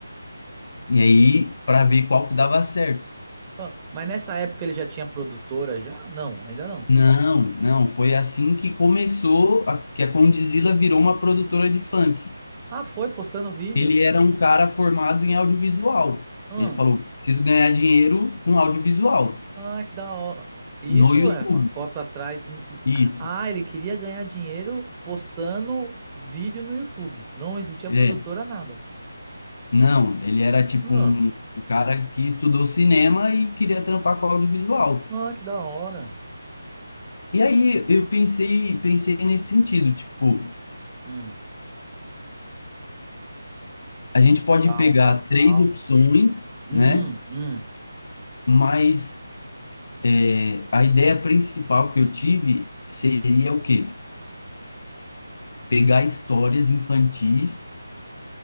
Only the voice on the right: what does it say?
Ah, mas nessa época ele já tinha produtora já? Não, ainda não.
Ah, foi postando vídeo.
Ah,
ah, que da hora. Isso
é uma cota atrás.
Ah, ele queria ganhar dinheiro postando vídeo no YouTube. Não existia
produtora nada.
Ah,
ah, que da hora.
Hum,
montar
um canal.
Hum,
hum.